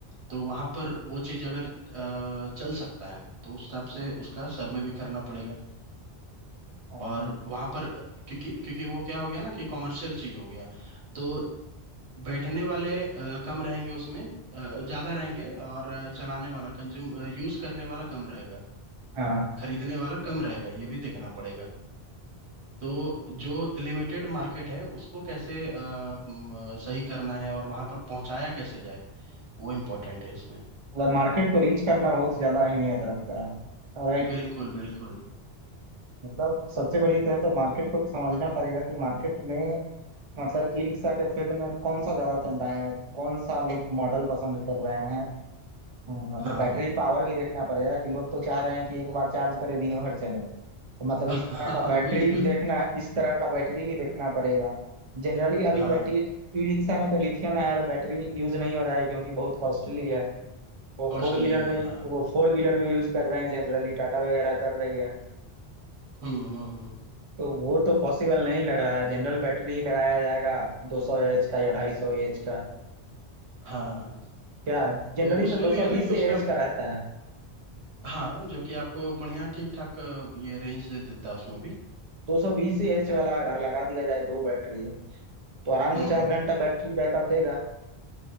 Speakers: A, on the right; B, on the right.
A: तो वहाँ पर वो चीज़ अगर अ, चल सकता है तो उस हिसाब से उसका सर्वे भी करना पड़ेगा
B: हाँ
A: और वहाँ पर क्योंकि क्योंकि वो क्या हो गया ना कि कॉमर्शियल चीज़ हो गया तो बैठने वाले अ, कम रहेंगे उसमें अ, ज़्यादा रहेंगे और अ, चलाने वाला कंज्यूम यूज़ करने वाला कम रहेगा
B: हाँ,
A: खरीदने वाला कम रहेगा ये भी देखना पड़ेगा तो जो लिमिटेड मार्केट है उसको कैसे अ, म, सही करना है और वहां पर पहुंचाया कैसे जाए वो इम्पोर्टेंट है इसमें
B: मतलब मार्केट को रीच करना बहुत ज्यादा अहमियत रखता है और
A: बिल्कुल बिल्कुल
B: मतलब सबसे बड़ी कहे तो मार्केट को समझना पड़ेगा कि मार्केट में मतलब ई रिक्शा के फील्ड में कौन सा ज्यादा चल रहा है कौन सा लोग मॉडल पसंद कर रहे हैं हम्म, मतलब
A: हाँ
B: बैटरी पावर भी देखना पड़ेगा कि लोग तो चाह रहे हैं कि एक बार चार्ज करें दिनों भर चले तो मतलब
A: <laughs>
B: इस तरह का बैटरी
A: हाँ बिल्कुल
B: भी देखना इस तरह का बैटरी भी देखना पड़ेगा जनरली अभी
A: हाँ
B: बैटरी ई रिक्शा में तो लिथियम आयन बैटरी यूज नहीं हो रहा है क्योंकि बहुत कॉस्टली है वो
A: कॉस्टली
B: फोर व्हीलर
A: है
B: में
A: हाँ
B: वो फोर व्हीलर में यूज कर रहे हैं जनरली टाटा वगैरह कर रही है
A: हम्म हम्म हम्म
B: तो वो तो पॉसिबल नहीं लग रहा है जनरल बैटरी ही लगाया जाएगा 200 एएच का या 250 एएच का
A: हाँ
B: क्या जनरली
A: तो उसमें
B: तो 220
A: भी है ना कि उसका
B: एएच का रहता है
A: हाँ जो कि आपको बढ़िया ठीक ठाक ये रेंज दे देता है उसमें भी
B: 220 एएच वाला अगर लगा दिया जाए दो बैटरी है तो आराम
A: हम्म
B: से चार
A: हम्म
B: घंटा बैटरी बैकअप देगा